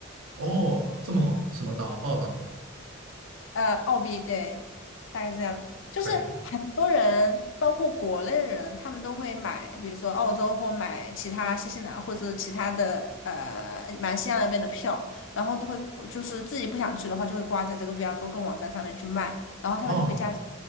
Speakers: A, on the right; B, on the left.
A: 哦，这么好，什么岛？澳岛
B: 呃，澳币对，大概是这样的。就是很多人，
A: 可以的。
B: 包括国内人，他们都会买，比如说澳洲或买其他新西兰或者是其他的呃马来西亚那边的票，然后都会就是自己不想去的话，就会挂在这个 VRGo 跟网站上面去卖，然后他们就会加价，
A: 哦，